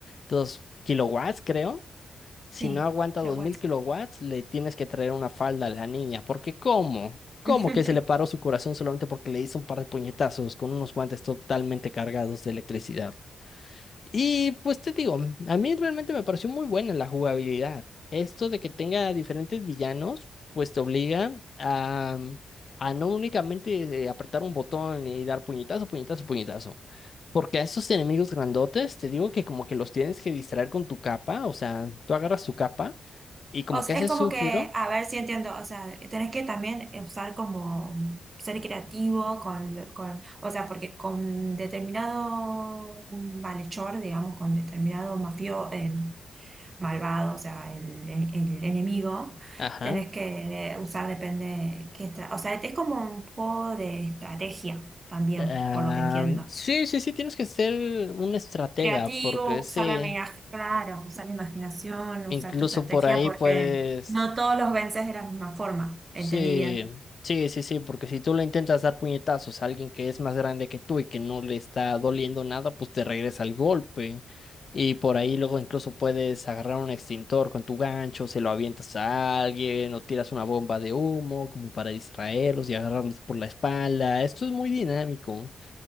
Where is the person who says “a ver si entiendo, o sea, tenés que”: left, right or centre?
Right